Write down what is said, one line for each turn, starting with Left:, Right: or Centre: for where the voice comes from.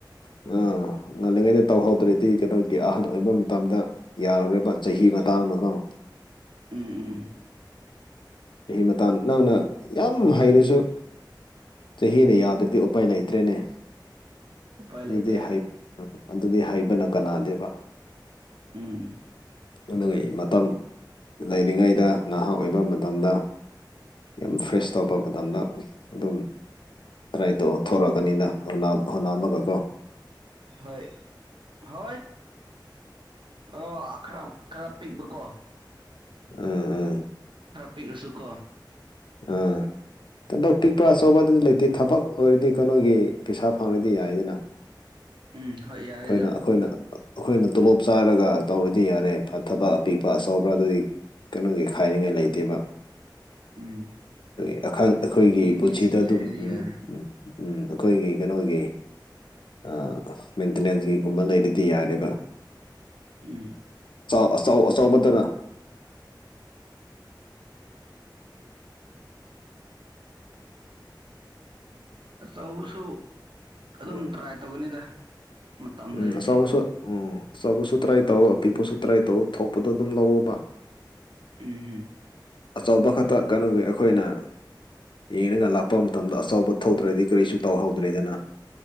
Left: ꯑꯥ ꯉꯜꯂꯤꯉꯩꯗ ꯇꯧꯍꯧꯗ꯭ꯔꯗꯤ ꯀꯩꯅꯣꯒꯤ ꯑꯍꯟ ꯑꯣꯏꯕ ꯃꯇꯝꯗ ꯌꯥꯔꯔꯣꯏꯕ ꯆꯍꯤ ꯃꯇꯥꯡꯅꯀꯣ
Right: ꯎꯝ ꯎꯝ
Left: ꯆꯍꯤ ꯃꯇꯥꯡ ꯅꯪꯅ ꯌꯥꯝ ꯍꯩꯔꯁꯨ ꯆꯍꯤꯅ ꯌꯥꯗ꯭ꯔꯗꯤ ꯎꯄꯥꯏ ꯂꯩꯇ꯭ꯔꯦꯅꯦ
Right: ꯎꯄꯥꯏ
Left: ꯑꯗꯨꯗꯤ
Right: ꯂꯩꯇꯦ
Left: ꯍꯩ ꯑꯗꯨꯗꯤ ꯍꯩꯕꯅ ꯀꯅꯥꯗꯦꯕ
Right: ꯎꯝ
Left: <unintelligible> ꯃꯇꯝ ꯂꯩꯔꯤꯉꯩꯗ ꯅꯍꯥ ꯑꯣꯏꯕ ꯃꯇꯝꯗ ꯌꯥꯝ ꯐ꯭ꯔꯦꯁ ꯇꯧꯕ ꯃꯇꯝꯗ ꯑꯗꯨꯝ ꯇꯔꯥꯏ ꯇꯧꯑꯣ ꯊꯣꯔꯛꯑꯅꯤꯅ ꯍꯣꯠꯅꯥ ꯍꯣꯠꯅꯕꯀꯣ
Right: ꯍꯣꯏ ꯍꯣꯏ ꯑꯣ ꯈꯔ ꯈꯔ ꯄꯤꯛꯄꯀꯣ
Left: ꯎꯝ ꯎꯝ
Right: ꯄꯤꯛꯑꯁꯨꯀꯣ
Left: ꯑꯥ ꯊꯕꯛ ꯄꯤꯛꯄꯥ ꯑꯆꯧꯕ ꯑꯗꯨꯗꯤ ꯂꯩꯇꯦ ꯊꯕꯛ ꯑꯣꯏꯔꯗꯤ ꯀꯩꯅꯣꯒꯤ ꯄꯩꯁꯥ ꯐꯪꯔꯗꯤ ꯌꯥꯏꯗꯅ
Right: ꯎꯝ ꯍꯣꯏ ꯌꯥꯔꯦꯗ
Left: ꯑꯩꯈꯣꯏꯅ ꯑꯩꯈꯣꯏꯅ ꯑꯩꯈꯣꯏꯅ ꯇꯣꯂꯣꯞ ꯆꯥꯔꯒ ꯇꯧꯔꯗꯤ ꯌꯥꯔꯦ ꯐꯠ ꯊꯕꯛ ꯑꯄꯤꯛꯄ ꯑꯆꯧꯕ꯭ꯔꯥ ꯑꯗꯨꯗꯤ ꯀꯩꯅꯣꯒꯤ ꯈꯥꯏꯔꯤꯉꯥꯏ ꯂꯩꯇꯦꯕ
Right: ꯎꯝ
Left: ꯎꯏ ꯑꯈꯪ ꯑꯩꯈꯣꯏꯒꯤ ꯄꯨꯟꯁꯤꯗ
Right: ꯅꯤꯠꯁꯀꯤ
Left: ꯑꯗꯨꯝ
Right: ꯂꯩꯔꯗꯤ
Left: ꯎꯝ
Right: ꯌꯥꯔꯦ
Left: ꯎꯝ ꯎꯝ ꯑꯩꯈꯣꯏꯒꯤ ꯀꯩꯅꯣꯒꯤ ꯑꯥ ꯃꯦꯟꯇꯦꯅꯦꯟꯁꯀꯤꯒꯨꯝꯕ ꯂꯩꯔꯗꯤ ꯌꯥꯔꯦꯕ
Right: ꯎꯝ
Left: ꯑꯆꯧ ꯑꯆꯧꯕꯗꯅ
Right: ꯑꯆꯧꯕꯁꯨ ꯑꯗꯨꯝ
Left: ꯎꯝ
Right: ꯇ꯭ꯔꯥꯏ ꯇꯧꯒꯅꯤꯗ ꯃꯇꯝ
Left: ꯎꯝ
Right: ꯂꯩꯔꯗꯤ
Left: ꯑꯆꯧꯕꯁꯨ ꯎꯝ ꯑꯆꯧꯕꯁꯨ ꯇ꯭ꯔꯥꯏ ꯇꯧꯑꯣ ꯑꯄꯤꯛꯄꯁꯨ ꯇ꯭ꯔꯥꯏ ꯇꯧꯑꯣ ꯊꯣꯛꯄꯗꯣ ꯑꯗꯨꯝ ꯂꯧꯑꯣꯕ
Right: ꯎꯝꯍꯨꯝ
Left: ꯑꯆꯧꯕ ꯈꯛꯇ ꯀꯩꯅꯣꯒꯤ ꯑꯩꯈꯣꯏꯅ ꯌꯦꯡꯔꯒ ꯂꯥꯛꯄ ꯃꯇꯝꯗ ꯑꯆꯧꯕ ꯊꯣꯛꯇ꯭ꯔꯗꯤ ꯀꯔꯤꯁꯨ ꯇꯧꯍꯧꯗ꯭ꯔꯦꯗꯅ